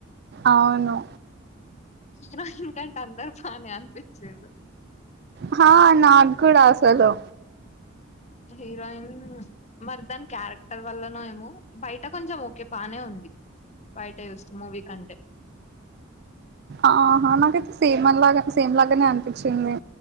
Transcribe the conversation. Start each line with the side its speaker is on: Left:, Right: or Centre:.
Right: అవును
Left: హీరోయిన్ కంటే అందరు బానే అనిపించిరు
Right: హా నాగూడ అసలు
Left: హీరోయిన్ మరి దాని క్యారెక్టర్ వల్లన ఏమో బయట కొంచెం ఓకే బానే ఉంది బయట జుస్తే మూవీ కంటే
Right: ఆహ నాకైతే సేమ్ అ లాగా సేమ్ లాగానే అనిపించింది